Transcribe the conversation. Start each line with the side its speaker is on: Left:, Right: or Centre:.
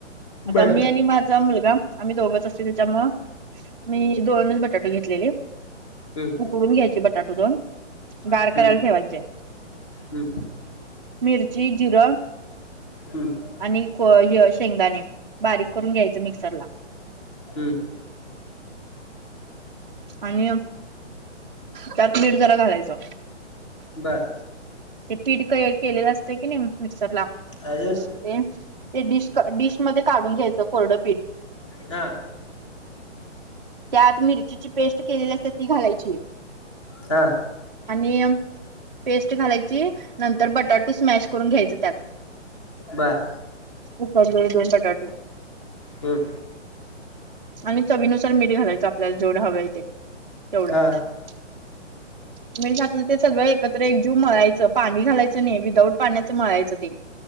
Right: आता
Left: बर
Right: मी आणि मा चं मुलगा, आम्ही दोघंच असते, त्याच्यामुळ मी दोनच बटाटे घेतलेले.
Left: हम्म
Right: उकडून घ्यायचे, बटाटे दोन. गार
Left: हम्म
Right: करायला ठेवायचे,
Left: हम्म
Right: मिरची जिरं
Left: हम्म.
Right: आणि थोडं जिरं शेंगदाणे बारीक करून घ्यायचं, मिक्सर ला.
Left: हम्म.
Right: आणि त्यात मीठ जरा घालायचं.
Left: बर.
Right: ते स्पीड क् हे केलेलं असत की नही, मिक्सर ला.
Left: अजून
Right: ते, ते डिस्क-डिश मध्ये काढून घ्यायचं, कोरडंपीठ.
Left: हं.
Right: त्यात मिरचीची पेस्ट केलेली असते, ती घालायची ये.
Left: हा
Right: आणि पेस्ट घालायची नंतर बटाटू स्मॅश करून घ्यायचं त्यात
Left: बर.
Right: उकडलेले दोन बटाटे
Left: हम्म.
Right: आणि चवीनुसार मीठ घालायचं आपल्याला जेवढं हव आहे ते तेवढं.
Left: हा
Right: <inaudible> मीठ घातलं ते सगळं एकत्र एकजीव मळायचं पाणी घालायचं नाही विदाऊट पाण्याचं मळायचं ते.